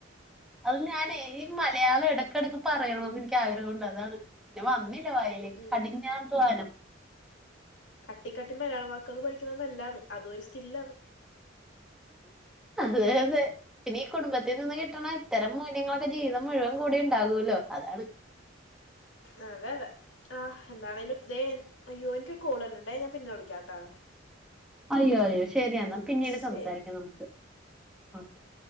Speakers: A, in the centre; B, on the left.
A: അത് ഞാനേ ഈ മലയാളം എടക്കെടക്ക് പറയണൊന്ന് ഇൻക്ക് ആഗ്രഹവുണ്ട് അതാണ് പിന്നെ വന്നെ എൻ്റെ വായില്
B: ഉം
A: കടിനാധ്വാവാനം
B: കട്ടിക്കട്ടി മലയാള വാക്കേള് പഠിക്ക്ന്ന നല്ലാണ് അത് ഒരു സ്കില്ലാണ്
A: അതെ അതെ പിന്നെ ഈ കുടുംബത്തീന്ന്ന്ന് കിട്ട്ണ ഇത്തരം മൂല്യങ്ങളൊക്കെ ജീവിതം മുഴുവൻ കൂടി ഉണ്ടാകോല്ലൊ അതാണ്
B: അതെ അതെ ആഹ് എന്താണേലും അയ്യോ എൻക്കൊരു കോൾ വർണ് ണ്ടേ ഞാൻ പിന്നെ വിളിക്കാട്ടൊ
A: അയ്യോ അയ്യോ ശരിയെന്ന പിന്നീട്
B: ശരി
A: സംസാരിക്കാം നമുക്ക് ഓക്കെ